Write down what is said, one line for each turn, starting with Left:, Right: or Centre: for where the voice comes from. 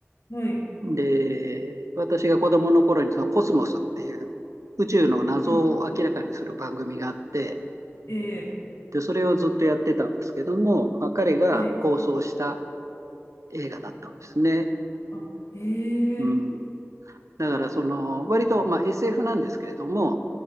Left: ー、はい、
Right: で、私が子供の頃に、そのコスモスっていう、宇宙の謎を明らかにする番組があって、
Left: うんえ
Right: で、それをずっとやってたんですけども、まあ、彼が構想した
Left: ー、はい、
Right: 映画だったんですね。
Left: あ、えー、
Right: うん、だから、その、割と、まあ、SF なんですけれども、